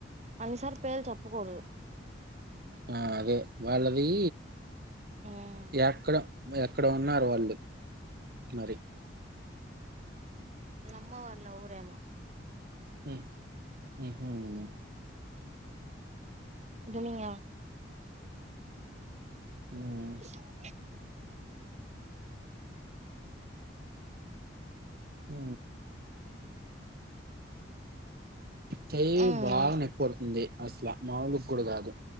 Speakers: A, on the right; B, on the right.
A: అనిసార్ పేరు చెప్పుకూడదు
B: ఆ అద వాళ్ళది
A: ఉమ్
B: ఎక్కడ ఎక్కడ ఉన్నారు వాళ్ళు మరి
A: అలా అమ్మ వాళ్ళ ఊరేమమ్
B: ఆ
A: అనింగ
B: ఉమ్,
A: ఆ
B: హ చై
A: ఉమ్
B: బాగా నొప్పి పడుతుంది అసలు మాములు కూడా కాదు